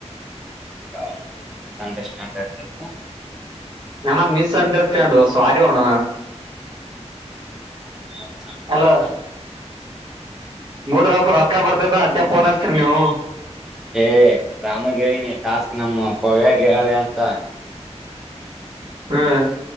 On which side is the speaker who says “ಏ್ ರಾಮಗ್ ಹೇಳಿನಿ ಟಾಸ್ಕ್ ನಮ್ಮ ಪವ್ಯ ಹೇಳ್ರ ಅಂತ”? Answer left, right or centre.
Centre